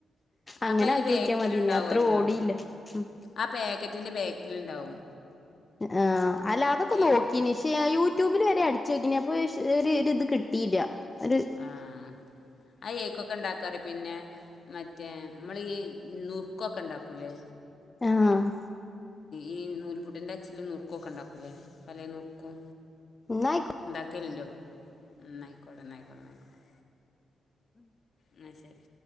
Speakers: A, on the left (about 25°); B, on the left (about 65°).
A: അങ്ങനെ
B: അപ്പ അയിന്റെ
A: ആക്കി
B: ബാക്കില്
A: നോക്കിയാ മതി
B: ഇണ്ടാവല്ലോ
A: ഇനി അത്ര ഓടിയില്ല ഉം
B: ആ പ്യാക്ക റ്റിന്റെ ബാക്കിലിണ്ടാവും
A: ആഹ് അല്ല അതൊക്കെ
B: ഏക്കൊ
A: നോക്കി നീ ക്ഷേ യൂട്യൂബില് വരെ അടിച്ചോക്കിനി അപ്പൊ ഷ് ഒരു ഇത് ഇത് കിട്ടില്ല ഒര്
B: ആഹ് ആ ഏക്കൊക്കെ ഒണ്ടാക്കറിയോ പിന്നെ മറ്റേ ഞമ്മള് ഈ നുറുക്കൊക്കെ ഇണ്ടാക്കൂല്ലേ
A: ആഹ്
B: ഈ നൂൽപുട്ടിന്റെ അച്ചിലും നുക്കൊക്കെ ഇണ്ടാക്കൂല്ലേ പല നുറുക്കും
A: നൈക്കൊ
B: ന്റെടാക്കൽണ്ടോ? എന്നായികോട്ടെ എന്നായികോട്ടെ നയിക്കോട്ടെ ന്നാശരി